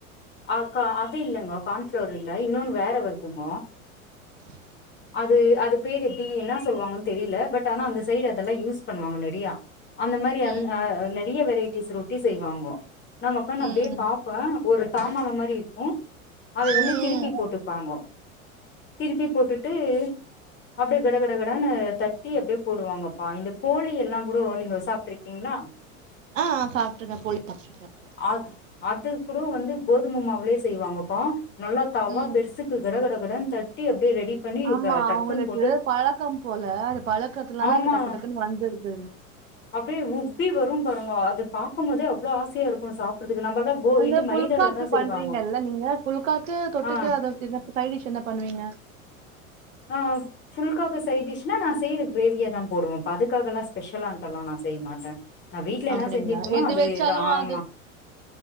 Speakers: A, on the left; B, on the right.
A: அ கா அது இல்லங்க கார்ன்ஃப்ளோர் இல்ல இன்னொன்னு வேற வருதுங்கோ
B: <unintelligible> <inaudible>
A: அது அது பேர் எப்டி என்னா சொல்லுவாங்கன்னு தெரில பட் ஆனா அந்த சைடு அதெல்லா யூஸ் பண்ணுவாங்க நெறையா அந்த மாரி
B: ம்
A: அ
B: ம்
A: நெறைய வெரைட்டிஸ் ரொட்டி செய்வாங்க நா உக்கான்னு
B: ம்
A: அப்டியே
B: ம்
A: பாப்பேன் ஒரு தாமால மாரி இருக்கு அதை வந்து
B: ம்
A: திருப்பி
B: ம்
A: போட்டு ப்பாங்கோ திருப்பி போட்டுட்டு அப்டியே கட கட கடனு தட்டி அப்டியே போடுவாங்கப்பா இந்த போழி எல்லாங் கூடோ நீங்க சாப்ட்டு இருக்கீங்ளா
B: ஆ சாப்ட்டுருக்கன் போழி சாப்ட்டுருக்கன்
A: அது அது கூட வந்து கோதும மாவுலயே செய்வாங்கப்பா நல்லா தவா
B: ம்
A: பெருசு கட கட கடன் தட்டி அப்டியே ரெடி பண்ணி
B: ஆமா
A: ட டக்குன்னு
B: அவுங்களுக்கு
A: போட்டு
B: பழக்கம் போல அது பழக்கத்துனால
A: ஆமா
B: டக்கு டக்கு டக்குன்னு வந்துருது
A: அப்டியே உப்பி வரும் பாருங்கோ அது பாக்கும்போதே அவ்ளோ ஆசயா இருக்கு சாப்பறதுக்கு நம்மல்லா கோ
B: அந்த
A: இது மைதாலலதா
B: புல்காக்கு
A: செய்வாங்க
B: பண்றீங்கல்ல நீங்க புல்காக்கு தொட்டுக்க
A: ஆ
B: அது அப்டிதா சைடு டிஷ் என்ன பண்ணுவீங்க
A: அ ஃபுல்க்காக்கு சைட் டிஷ்னா நா செய்யற கிரேவியாதான் போடுவேன்ப்பா அதுக்காகெல்லா ஸ்பெஷலான்ட்டெல்லா நா செய்ய மாட்ட நா வீட்ல
B: அப்டிங்களா
A: என்ன செஞ்சிருக்கனோ
B: எது
A: அதுவேதா
B: வெச்சாலு
A: ஆமா
B: அது